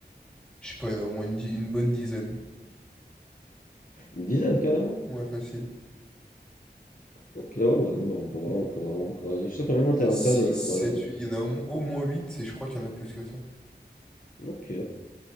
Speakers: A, in the centre; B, on the left (about 50°).
A: Je sais pas, il y en a au moins une, di- une bonne dizaine.
B: Une dizaine, carrément.
A: Ouais, facile.
B: Ok, ouais, bah non, bah on pourra, on pourra, on pourra y aller. Je sais qu'il y a même un terrain
A: Il y en a 6,
B: de paddle, je
A: 7,
B: crois, là-bas.
A: Il y en a au, au moins 8. et je crois qu'il y en a plus que ça. <coughs>
B: Ok.